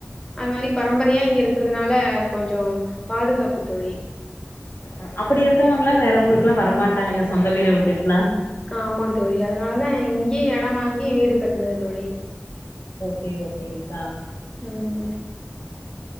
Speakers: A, on the left (about 15°); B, on the left (about 55°).
A: அந்த மாரி பரம்பரையா இங்க இருக்கறதுனால கொஞ்சோ பாதுகாப்பு தோழி
B: அ அப்படி இருக்கவங்களா வேற ஊருக்குலா வர மாட்டாங்க இந்த சொந்த வீட விட்டுட்டுலா
A: ஆமா தோழி அதனாலதா இங்கயே எடோ வாங்கி வீடு கட்னது தோழி
B: ஓகே ஓகேங்க்கா
A: ம்.